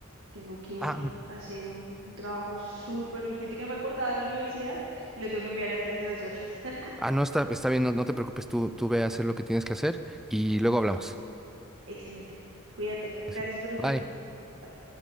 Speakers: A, on the right (about 65°); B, in the centre.
A: Tengo que
B: Ah,
A: hacer un, un trabajo súper urgente que no me acordaba de la universidad y lo tengo que enviar antes de dos horas. <laughs>
B: Ah, no, está, está bien, no, no te preocupes, tú, tú ve a hacer lo que tienes que hacer y luego hablamos.
A: Excelente. Cuídate. Gracias
B: Excelente.
A: por el
B: Bye.
A: tiempo. Bye.